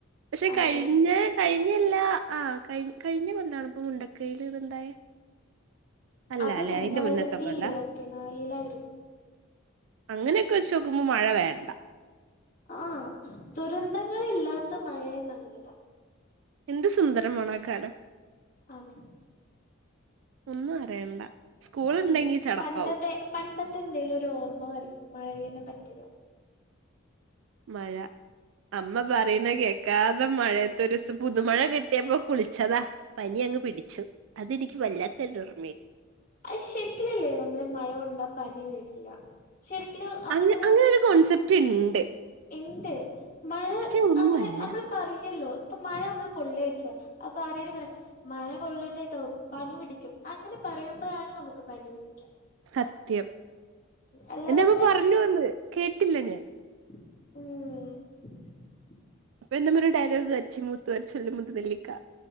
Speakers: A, on the right; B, on the left.
A: പക്ഷെ
B: അതെ
A: കഴിഞ്ഞ കഴിഞ്ഞ കഴിഞ്ഞല്ല ആ കഴി കഴിഞ്ഞ കൊല്ലാണോ ഇപ്പൊ മുണ്ടക്കയില് ഇത്ണ്ടായേ? അല്ലാലെ
B: അത് രണ്ടായിരത്തി
A: അയിന്റെ മുന്നത്തെ കൊല്ലാ
B: ഇരുപത്തിനാലിലായിരുന്നു
A: അങ്ങനെ ക്ക് വച്ച് നോക്കുമ്പോ മഴ വേണ്ട
B: ആ ദുരന്തങ്ങളില്ലാത്ത മഴയായാൽ നല്ലതാ
A: എന്ത് സുന്ദരമാണാ കാലം
B: അതെ
A: ഒന്നും അറിയണ്ട സ്കൂൾ
B: ഉം
A: ഉണ്ടെങ്കി ചടപ്പാവും
B: പണ്ടത്തെ പണ്ടത്തെ എന്തെലും ഒരു ഓർമ്മ പറി മഴയേനെ പറ്റിള്ള
A: മഴ അമ്മ പറയുന്ന കേക്കാതെ മഴയത്തൊരുസം പുതുമഴ കിട്ടിയപ്പോ കുളിച്ചതാ പനിയായി. യങ്ങ് പിടിച്ചു അതെനിക്ക് വല്ലാത്ത ഒരു
B: അത് ശരിക്കി ലല്ലേ നമ്മള് ഈ മഴ കൊണ്ടാ പനി വരില്ല ശരിക്കലും നമ്മളിങ്ങനെ
A: അങ്ങെ അങ്ങനെ ഒരു കോൺസെപ്റ്റ് ണ്ട്
B: ഇണ്ട് മഴ
A: ഒന്നുമല്ല
B: അങ്ങനെ നമ്മള് പറയല്ലോ ഇപ്പൊ മഴ നമ്മള് കൊള്ളാച്ചാ അപ്പൊ ആരെങ്കിലും പറയും മഴ കൊള്ളേണ്ടട്ടോ പനി പിടിക്കും അങ്ങനെ പറയുമ്പോഴാണ് നമുക്ക് പനി പിടിക്ക്യാ
A: സത്യം
B: അല്ലാതെ
A: എന്റെ
B: നമ്മള്
A: അമ്മ പറഞ്ഞു വന്ന് കേട്ടില്ല ഞാൻ
B: ഉം
A: അപ്പൊ എന്റമ്മ ഒരു ഡയലോഗ് കാച്ചി മൂത്ത ചൊല്ലും മുത്തു നെല്ലിക്ക